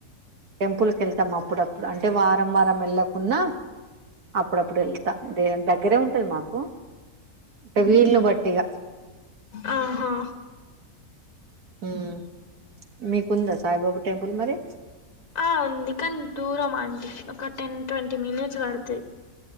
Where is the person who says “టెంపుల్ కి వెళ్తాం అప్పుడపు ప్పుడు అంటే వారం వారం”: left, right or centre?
Right